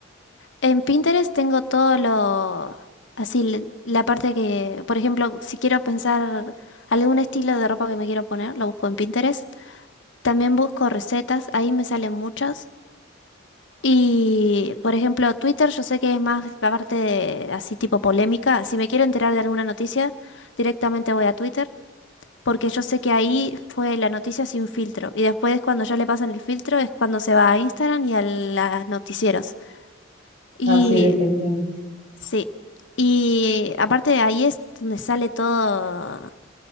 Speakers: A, on the left; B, on the right.
A: En Pinterest tengo todo lo, así, l- la parte que, por ejemplo, si quiero pensar algún estilo de ropa que me quiero poner, lo busco en Pinterest. También busco recetas, ahí me salen muchas. Y, por ejemplo, Twitter yo sé que es más la parte de- así tipo polémica. Si me quiero enterar de alguna noticia, directamente voy a Twitter, porque yo sé que ahí fue la noticia sin filtro. Y después cuando ya le pasan el filtro es cuando se va a Instagram y a los noticieros. Y
B: no, sí, definitivamente.
A: sí. Y aparte de ahí es donde sale todo,